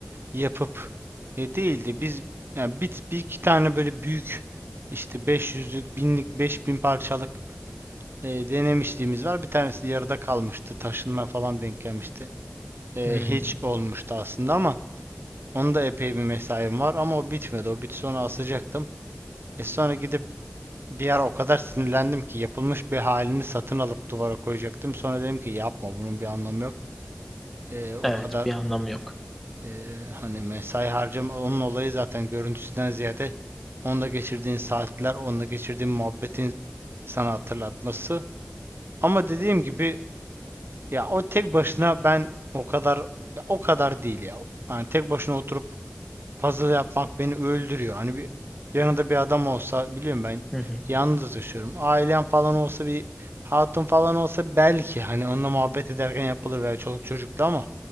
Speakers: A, on the right (about 65°); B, in the centre.
A: yapıp e, değildi. Biz yani bir, bir iki tane böyle büyük işte 500'lük, 1000'lik, 5000 parçalık e, denemişliğimiz var. Bir tanesi yarıda kalmıştı. Taşınma falan denk gelmişti. E,
B: Hmm,
A: hiç olmuştu aslında ama onda epey bir mesaim var ama o bitmedi. O bitse onu asacaktım. E sonra gidip bir ara o kadar sinirlendim ki yapılmış bir halini satın alıp duvara koyacaktım. Sonra dedim ki yapma bunun bir anlamı yok. Eee, o
B: evet
A: kadar
B: bir anlamı yok.
A: Ee, hani mesai harcama onun olayı zaten görüntüsünden ziyade onda geçirdiğin saatler, onda geçirdiğin muhabbetin sana hatırlatması. Ama dediğim gibi ya o tek başına ben o kadar ya o kadar değil ya. Yani tek başına oturup puzzle yapmak beni öldürüyor. Hani bir yanında bir adam olsa biliyorum ben
B: <laughs>
A: yalnız yaşıyorum. Ailem falan olsa bir hatun falan olsa belki hani onunla muhabbet ederken yapılır veya çoluk çocukla ama